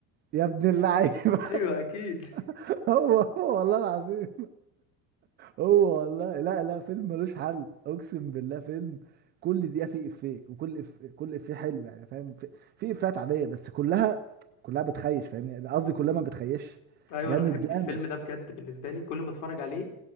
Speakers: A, on the right (about 25°); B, on the left (about 50°).
A: يا ابن اللعيبه
B: <laughs> ايوه اكيد
A: <laughs> هو هو والله العظيم هو والله لا لا فيلم ملوش حل اقسم بالله فيلم كل دقيقه فيه افيه وكل إف... كل افيه حلو يعني فاهم في, في افيهات عاديه بس كلها كلها بتخيش فاهمني قصدي كلها ما بتخيش
B: ايوه
A: جامد
B: انا بحب
A: جامد
B: الفيلم ده بجد بالنسبه لي كل ما اتفرج عليه